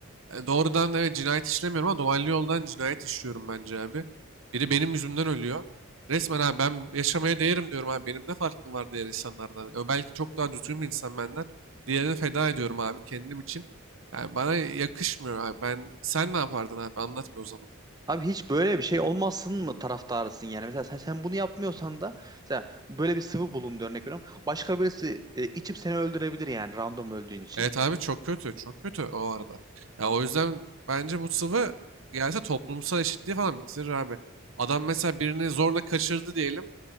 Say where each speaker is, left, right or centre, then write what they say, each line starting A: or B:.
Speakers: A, on the right; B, on the right.
A: E, doğrudan evet cinayet işlemiyorum ama dolaylı yoldan cinayet işliyorum bence abi. Biri benim yüzümden ölüyor. Resmen abi ben yaşamaya değerim diyorum abi. Benim ne farkım var diğer insanlardan? E, O belki çok daha düzgün bir insan benden. Diğerini feda ediyorum abi kendim için. Yani bana yakışmıyor abi. Ben sen ne yapardın abi? Anlat bir o zaman.
B: Abi hiç böyle bir şey olmasın mı taraftarısın yani? Mesela sen, sen bunu yapmıyorsan da mesela böyle bir sıvı bulundu örnek veriyorum. Başka birisi e, içip seni öldürebilir yani random öldüğün için.
A: Evet abi çok kötü. Çok kötü o arada. Ya o yüzden bence bu sıvı gelse toplumsal eşitliği falan bitirir abi. Adam mesela birini zorla kaçırdı diyelim.